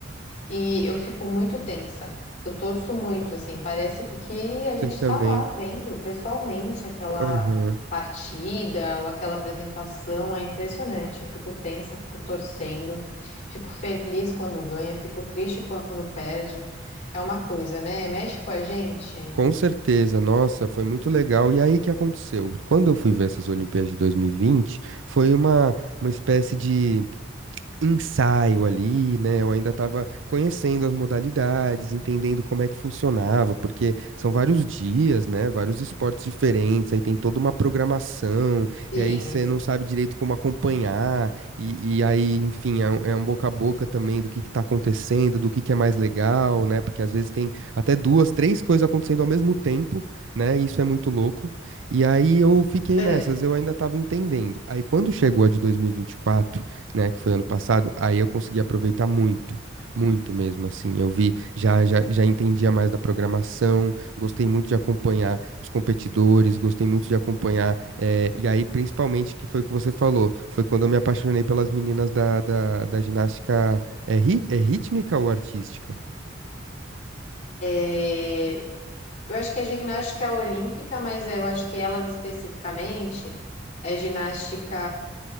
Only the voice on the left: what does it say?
E eu fico muito tensa. Eu torço muito, assim, parece que a
gente
está lá vendo pessoalmente aquela
partida ou aquela apresentação, é impressionante. Eu fico tensa, fico torcendo, fico feliz quando ganha, fico triste quando perde. É uma coisa, né? Mexe com a gente.
Sim.
É.
É, Eu acho que a ginástica é olímpica, mas eu acho que elas especificamente é ginástica